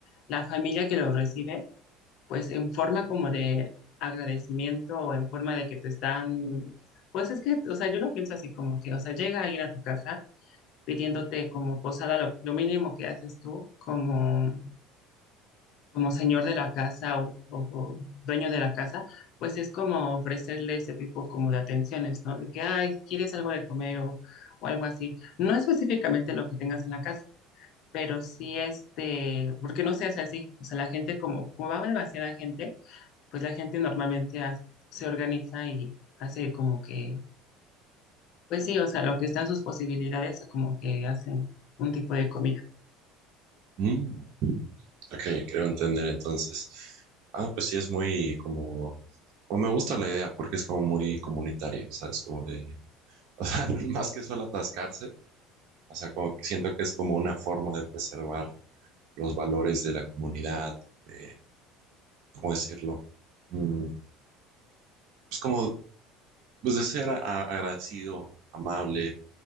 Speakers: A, on the left; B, on the right.
A: la familia que los recibe, pues en forma como de agradecimiento o en forma de que te están, pues es que, o sea, yo lo pienso así como que, o sea, llega alguien a tu casa pidiéndote como posada lo, lo mínimo que haces tú, como como señor de la casa o, o- o dueño de la casa, pues es como ofrecerle ese tipo como de atenciones, ¿no? De que, ay, ¿quieres algo de comer o, o algo así? No específicamente lo que tengas en la casa, pero sí este, porque no se hace así. O sea, la gente como, como va demasiada gente, pues la gente normalmente hace- se organiza y hace como que, pues sí, o sea, lo que están sus posibilidades, como que hacen un tipo de comida.
B: Mm, ok, creo entender entonces. Ah, pues sí es muy como o me gusta la idea porque es como muy comunitaria, ¿sabes? Como de, <laughs> o sea, más que solo atascarse, o sea, como que siento que es como una forma de preservar los valores de la comunidad, de ¿cómo decirlo? Mm, Pues como, pues de ser a- a- agradecido, amable,